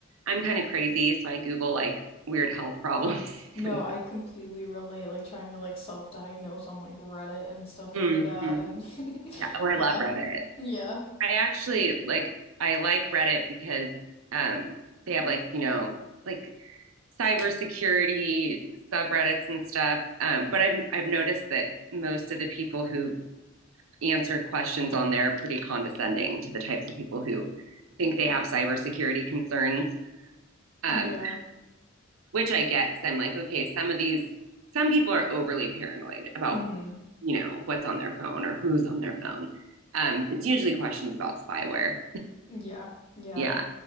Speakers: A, on the right; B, on the left.
A: I'm kind of crazy, so I Google like weird health problems. <laughs>
B: No,
A: like,
B: I completely relate like trying to like self-diagnose on like Reddit and stuff
A: mm-hmm.
B: like that and
A: yeah,
B: <laughs>
A: or I
B: yeah.
A: love Reddit.
B: Yeah.
A: I actually like I like Reddit because um they have like, you know, like cybersecurity subreddits and stuff. Um, but I've I've noticed that most of the people who answer questions on there are pretty condescending to the types of people who think they have cybersecurity concerns. Um,
B: Yeah.
A: which I get because I'm like, okay, some of these some people are overly paranoid about,
B: hmm
A: you know, what's on their phone or who's on their phone. Um, it's usually questions about spyware.
B: Yeah. Yeah.
A: Yeah.